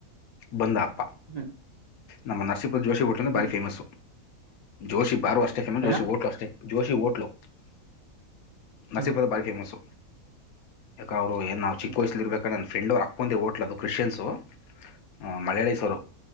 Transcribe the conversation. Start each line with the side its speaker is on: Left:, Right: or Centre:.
Left: ಬಂದ್ ಆಕ್ತ
Right: ಹ್ಮ್
Left: ನಮ್ಮ ನರಸೀಪುರ ಜೋಷಿ ಹೋಟ್ಲ್ಂದ
Right: ಹ್ಮ್
Left: ಭಾರಿ ಫೇಮಸ್ ಜೋಸಿ ಬಾರ ಅಷ್ಟ ಕಣ ಜೋಶಿ
Right: ಏನಾ
Left: ಹೋಟ್ಲು ಅಷ್ಟೇ ಜೋಶಿ ಹೋಟ್ಲು ನಸೀರ್ಪದ
Right: ಹ್ಮ್
Left: ಭಾರಿ ಫೇಮಸ್ ಕ ಅವರು ಏ ನಾ ಚಿಕ್ಕ
Right: ಹ್ಮ್
Left: ವಯಸಲಿ ಇರಬೇಕಂದ ನ ಫ್ರೆಂಡ್ ಅವರು ಅಪ್ಪಂದ ಓಟ್ಲದ ಕ್ರಶ್ಯನ್ಸು ಅ ಮಲಾಳಿ ಸರು